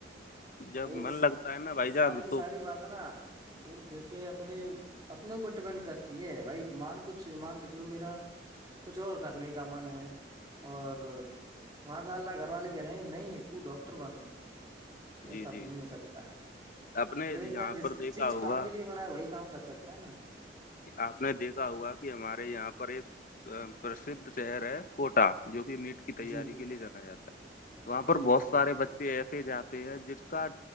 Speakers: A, on the left; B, on the right.
A: جب
B: بائی
A: من لگتا ہے نا بھائی جان
B: ساری کی ساری
A: تو
B: بات نا گھوم پھر کے اپنے اپنے اوپر ڈپینڈ کرتی ہے بھائی مان کچھ مان کے چلو میرا کچھ اور کرنے کا من ہے اور وہاں سے اللہ گھر والے کہہ رہے ہیں نہیں تو ڈاکٹر بن تو ایسا
A: جی جی
B: تو نہیں ہو سکتا
A: اپنے
B: جو
A: یہاں
B: انسان جس
A: پر دیکھا
B: جس
A: ہوگا
B: کام کے لیے بناائے وہی کام کر سکتا ہے نا
A: آپ نے دیکھا ہوا کہ ہمارے یہاں پر ایک پرسدھ شہر ہے کوٹا جو کہ نیٹ تیاری
B: جی
A: کے لیے جانا جاتا ہے وہاں پر
B: جی
A: بہت
B: جی
A: سارے بچے ایسے جاتے ہیں جس کا